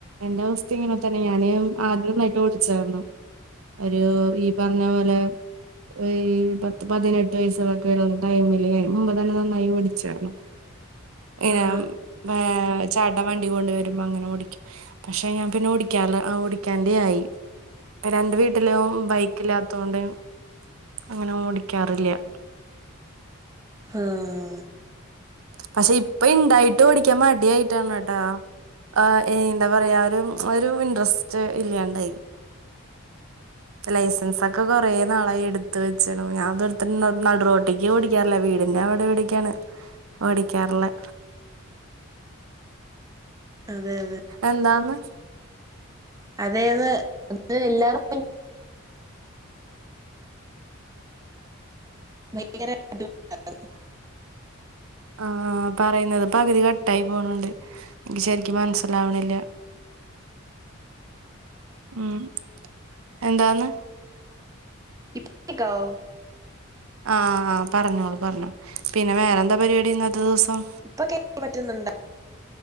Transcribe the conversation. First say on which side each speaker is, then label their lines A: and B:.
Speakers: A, on the right; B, on the right.
A: എന്റെ അവസ്തയും ഇങ്ങനെ തന്നെ ഞാന് ആദ്യംന്നായിട്ട് ഓടിച്ചാര്ന്നു. ഒരു ഈ പറഞ്ഞ പോലെ അയ് പത്ത് പതിനെട്ട് വയസ്സുകളൊക്കെ ഉള്ള ടൈമില് മുമ്പ തന്നെ നന്നായി ഓടിച്ചാറുന്നു ഏഹ്
B: ആഹ്
A: മേ <inaudible> ചേട്ടൻ വണ്ടി കൊണ്ട് വരുമ്പോ അങ്ങനെ ഓടിക്കും പക്ഷെ ഞാൻ പിന്നെ ഓടിക്കാർല ഓടിക്കാണ്ടെ ആയി. രണ്ട് വീട്ടിലും ബൈക്കില്ലാത്തൊണ്ട് അങ്ങനെ ഓടിക്കാറില്ല്യ
B: ആഹ്
A: പക്ഷെ ഇപ്പ ഇണ്ടായിട്ടും ഓടിക്കാൻ മടിയായിട്ടാണ് ട്ട ആഹ് ഏഹ് എന്താ പറയാ ഒരു ഒരു ഇൻട്രസ്റ്റ് ഇല്ലാണ്ടായി. ലൈസൻസ് ഒക്കെ കൊറേ നാളായി എടുത്ത് വെച്ചണു ഞാൻതെട്ത്ത് നടുറോട്ടിക്ക് ഓടി ടിക്കാറില്ല വീടിന്റെ അവിടെ വിടക്കാണ് ഓടിക്കാറിള്ളെ
B: അതെ അതെ
A: എന്താന്ന്
B: അതേന്ന് എല്ലാരും ഭയങ്കര <inaudible> <unintelligible>
A: ആഹ് പറയുന്നത് പകുതി കട്ടായി പോണണ്ട് എനിക്ക് ശരിക്കും മനസ് ലാവണില്ല്യ ഉം എന്താന്ന്
B: ഇപ് കെക്കവോ
A: ആഹ് ആഹ് പറഞ്ഞോളൂ പറഞ്ഞോ പിന്നെ വേറെ എന്താ പരിപാടിന്ന് ഇന്നത്തെ ദെവസം
B: ഇപ്പൊ കേൾക്കാൻ പറ്റുന്നുണ്ടോ